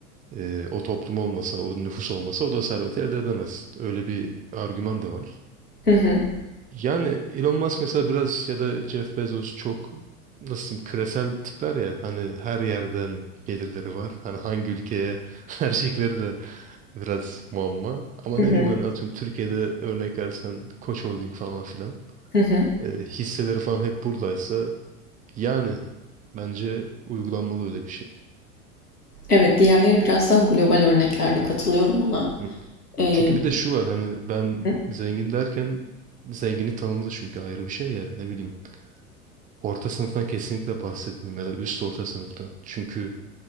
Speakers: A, on the right; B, on the left.
A: Ee, o toplum olmasa, o nüfus olmasa o da serveti elde edemez. Öyle bir argüman da var.
B: hı hı,
A: Yani Elon Musk mesela biraz ya da Jeff Bezos çok nasıl diyeyim küresel tipler ya hani her yerden gelirleri var. Hani hangi ülkeye <laughs> verecekleri de biraz muamma. Ama
B: hı
A: ne
B: hı,
A: bileyim hani atıyorum Türkiye'de örnek versen Koç Holding falan filan
B: hı hı.
A: e, hisseleri falan hep buradaysa yani bence uygulanmalı öyle bir şey.
B: Evet, diğerleri biraz daha global örneklerde katılıyorum ona.
A: Hı.
B: Ee,
A: Çünkü bir de şu var hani ben
B: hı
A: zengin derken zenginlik tanımı da çünkü ayrı bir şey ya ne bileyim. Orta sınıftan kesinlikle bahsetmiyorum ya da üst orta sınıftan. Çünkü